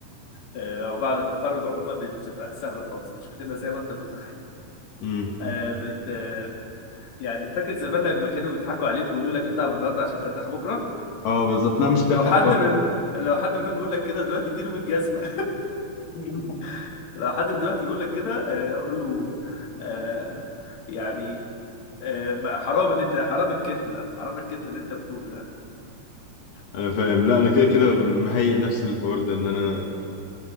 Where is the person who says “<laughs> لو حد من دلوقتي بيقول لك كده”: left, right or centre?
Left